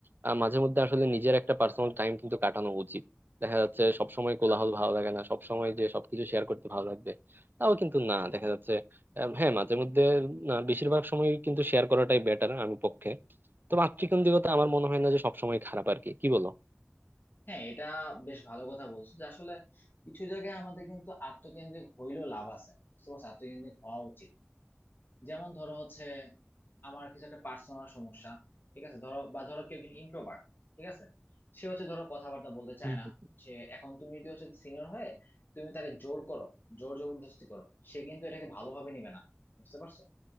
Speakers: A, on the right; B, on the left.
A: আহ, মাঝে মধ্যে আসলে নিজের একটা পার্সোনাল টাইম কিন্তু কাটানো উচিত দেখা যাচ্ছে সবসময় কোলাহল ভালো লাগে না সবসময় যে সবকিছু শেয়ার করতে ভালো লাগবে তাও কিন্তু না দেখা যাচ্ছে আহ, হ্যাঁ মাঝে মধ্যে না বেশিরভাগ সময় কিন্তু শেয়ার করাটাই বেটার আমি পক্ষে তো মাতৃকেন্দ্রিকতা আমার মনে হয় না যে সবসময় খারাপ আর কি কি বলো
B: হ্যাঁ এটা বেশ ভালো কথা বলছো যে আসলে কিছু জায়গায় আমাদের কিন্তু আত্মকেন্দ্রিক হইলেও লাভ আছে বুঝতে পারছো আত্মকেন্দ্রিক হওয়া উচিত যেমন ধরো হচ্ছে আমার কিছু একটা পার্সোনাল সমস্যা ঠিক আছে ধরো বা ধরো কেউ একজন ইন্ট্রোভার্ট ঠিক আছে সে হচ্ছে ধরো কথাবার্তা বলতে চায়
A: হম
B: না সে এখন তুমি যদি হচ্ছে সিনিয়র হয়ে তুমি তাকে জোর করো জোর জবরদস্তি করো সে কিন্তু এটাকে ভালোভাবে নিবে না বুঝতে পারছো